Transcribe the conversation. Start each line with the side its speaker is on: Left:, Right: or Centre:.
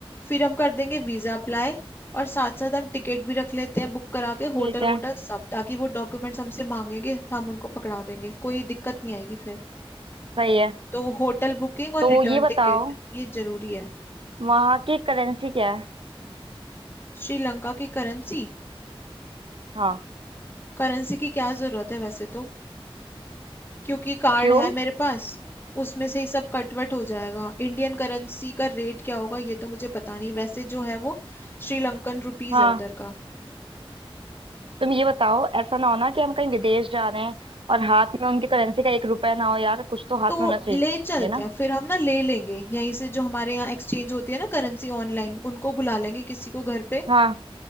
Left: फिर हम कर देंगे वीजा अप्लाई और साथ साथ हम टिकट भी रख लेते हैं बुक करा के होटल
Right: ठीक है
Left: वोटल सब ताकि वो डॉक्यूमेंट्स हमसे मांगेंगे तो हम उनको पकड़ा देंगे कोई दिक्कत नहीं आएगी फिर
Right: सही है
Left: तो होटल बुकिंग
Right: तो
Left: और रिटर्न
Right: ये बताओ
Left: टिकट ये जरूरी है
Right: वहाँ की करेंसी क्या है
Left: श्रीलंका की करेंसी
Right: हाँ
Left: करेंसी की क्या जरूरत है वैसे तो क्योंकि कार्ड
Right: क्यों
Left: है मेरे पास उसमें से ही सब कटवट हो जाएगा इंडियन करेंसी का रेट क्या होगा ये तो मुझे पता नहीं वैसे जो है वो श्रीलंकन रुपीज
Right: हाँ
Left: है उधर का
Right: तुम ये बताओ ऐसा ना हो ना कि हम कहीं विदेश जा रहे हैं और हाथ में उनकी करेंसी का एक रुपया ना हो यार कुछ तो हाथ
Left: तो
Right: में होना चाहिए
Left: ले चलते
Right: ना
Left: हैं फिर हम ना ले लेंगे यहीं से जो हमारे यहाँ एक्सचेंज होती है ना करेंसी ऑनलाइन उनको बुला लेंगे किसी को घर पे
Right: हाँ